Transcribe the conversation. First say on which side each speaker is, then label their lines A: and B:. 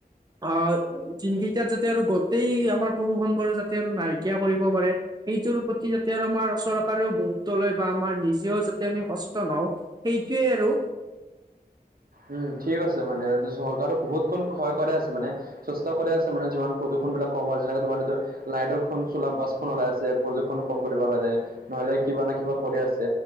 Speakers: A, on the right; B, on the right.
A: অ', দিনকেইটাত যাতে আৰু গোটেই আমাৰ বৰষুবোৰে যাতে আৰু নাইকিয়া কৰিব পাৰে। সেইটোৰ প্ৰতি যাতে আৰু আমাৰ চৰকাৰেও গুৰুত্ব লয় বা আমাৰ নিজেও যাতে আমি সচেতন হওঁ। সেইটোৱে আৰু।
B: উম, ঠিক আছে মানে চৰকাৰক বহুত ক ক্ষয় কৰাই আছে মানে। চেষ্টা কৰি আছে মানে যিমান প্ৰদূষণবিলাক কম হয়, যেনেকে তোমাৰটো লাইটৰখন চোলা বাছখন ওলাই আছে প্ৰদূষণ কম কৰিব কাৰনে। নহ'লে কিবা না কিবা কৰি আছে।